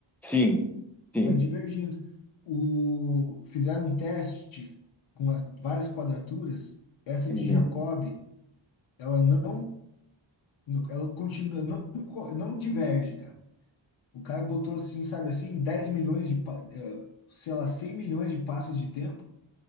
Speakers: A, in the centre; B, on the left (about 75°).
A: Sim, sim.
B: Vai divergindo. O, fizeram um teste com a- várias quadraturas, essa
A: Uhum.
B: de Jacobi, ela não No- Ela continua, não, co- não diverge, cara. O cara botou assim, sabe assim, 10 milhões de, pa- eh, sei lá, 100 milhões de passos de tempo,